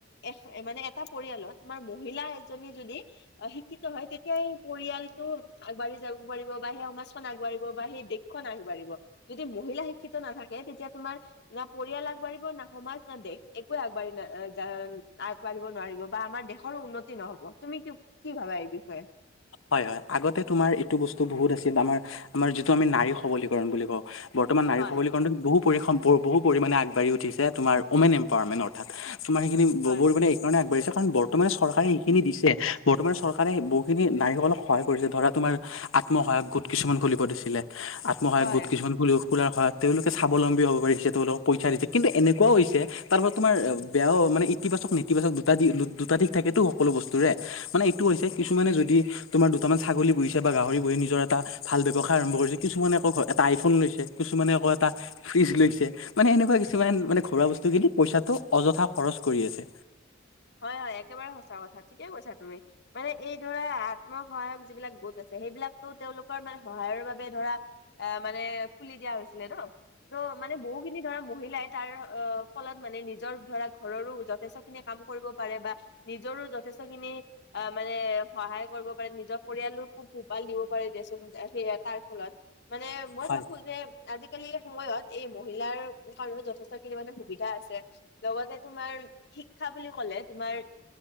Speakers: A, on the left; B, on the left.
A: এ মানে এটা পৰিয়ালত তোমাৰ মহিলা এজনী যদি অ' শিক্ষিত হয় তেতিয়া এই পৰিয়ালটো আগবাঢ়ি যাব পাৰিব বা সেই সমাজখন আগবাঢ়িব বা সেই দেশখন আগবাঢ়িব যদি মহিলা শিক্ষিত নাথাকে থাকে তেতিয়া তোমাৰ না পৰিয়াল আগবাঢ়িব, না সমাজ, না দেশ একোয়ে আগবাঢ়ি না আগবাঢ়িব নোৱাৰিব বা আমাৰ দেশৰো উন্নতি নহ'ব। তুমি কি ভাবা এই বিষয়ে?
B: হয় হয় আগতে তোমাৰ এইটো বস্তু বহুত আছিল আমাৰ আমাৰ যিটো আমি নাৰী সবলীকৰণ বুলি কওঁ বৰ্তমান নাৰী
A: হয়
B: সবলীকৰণটো বহু পৰিসম বহু পৰিমাণে আগবাঢ়ি উঠিছে তোমাৰ উমেন এম্পাৱাৰমেন অৰ্থাৎ তুমাৰ
A: হয়
B: এই কাৰণে আগবাঢ়িছে কাৰন বৰ্তমানে চৰকাৰে এইখিনি দিছে বৰ্তমান চৰকাৰে বহুখিনি নাৰীসকলক সহায় কৰিছে ধৰা তোমাৰ আত্মসহায়ক গোট কিছুমান খুলিব দিছিলে। আত্মসহায়ক
A: হয়
B: গোট কিছুমান খ-খোলাৰ সহায়ত তেওঁলোকে স্বাৱলম্বী হ'ব পাৰিছে তোলক পইচা দিছে কিন্তু এনেকুৱাও হৈছে তাৰ পৰা তুমাৰ বেয়াওঁ মানে ইতিবাকচক নীত ইতিবাচক দুটা দি দু-দুটা দিশ থাকেতো সকলো বস্তুৰে মানে এইটো হৈছে কিছুমানে যদি তোমাৰ দুটামান ছাগলী পুহিছে বা গাহৰি পুহি নিজৰ এটা ভাল ব্যৱসায় আৰম্ভ কৰিছে। কিছুমান আকৌ এটা আইফোন লৈছে। কিছুমানে আকৌ এটা ফ্ৰিজ লৈছে মানে এনেকুৱা কিছুমান মানে ঘৰুৱা বস্তু কিনি পইচাটো অযথা খৰচ ৰচ কৰি আছে।
A: হয় হয় একেবাৰে সঁচা কথা ঠিকে কৈছা তুমি মানে এই ধৰা আত্ম সহায়ক যিবিলাক গোট আছে সেইবিলাকতো তেওঁলোকৰ মানে সহায়ৰ বাবে ধৰা আ মানে খুলি দিয়া হৈছিলে ন'। ত' মানে বহুখিনি ধৰা মহিলাই তাৰ অ' ফলত মানে নিজৰ ধৰা ঘৰৰো যথেষ্টখিনি কাম পাৰে বা নিজৰো যথেষ্টখিনি অ' মানে সহায় কৰিব পাৰে, নিজৰ পৰিয়ালৰ খুব পোহপাল দিব পাৰি দিয়াচোন। সেয়ে তাৰ ফলত মানে মই
B: হয়
A: ভাবোঁ যে আজিকালি সময়ত এই মহিলাৰ কাৰণে যথেষ্টখিনি মানে সুবিধা আছে লগতে তোমাৰ শিক্ষা বুলি কলে তোমাৰ